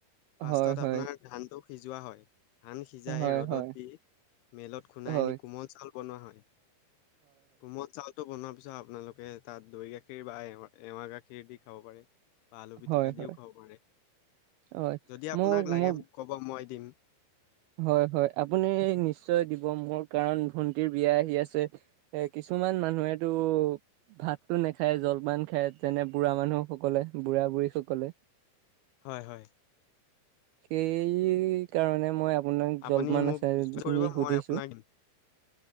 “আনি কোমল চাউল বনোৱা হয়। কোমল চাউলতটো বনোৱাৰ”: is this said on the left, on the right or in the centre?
Left